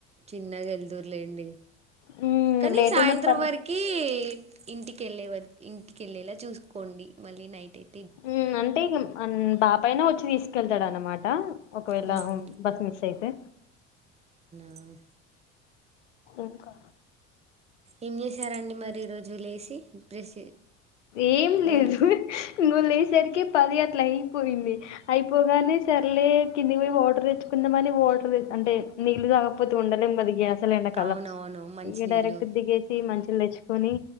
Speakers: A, on the right (about 20°); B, on the left (about 75°).
A: చిన్నగా వెల్దురులేండి
B: మ్మ్
A: కానీ
B: లేట్
A: సాయంత్రం
B: అయినా పర్
A: వరకి ఇంటి కెళ్ళే వరకి ఇంటికెళ్ళేలా చూసుకోండి మళ్ళీ నైట్ అయి
B: మ్మ్ అంటే ఇగ బాపయినా వచ్చి తీసుకెళ్తాడు అనమాట ఒకవేళ
A: ఉమ్
B: బస్ మిస్ అయితే
A: ఆ
B: ఇంకా
A: ఏం చేశారండి మరి ఈ రోజు లేసి బ్రష్ చే-
B: ఏం లేదు
A: ఓన్లీ
B: నిను వేళ్ళేసరికి పది గట్ల అయిపోయింది అయిపోగానే సర్లే కింది మేము వాటర్ తెచ్చుకొ అంటే నీళ్ళు తాగాకపోతే ఉండలేము <unintelligible> అసలు ఎండకాలం
A: అవునవును మంచినీళ్ళు
B: ఇక డైరెక్ట్ దిగేసి మంచలు తెచ్చుకొని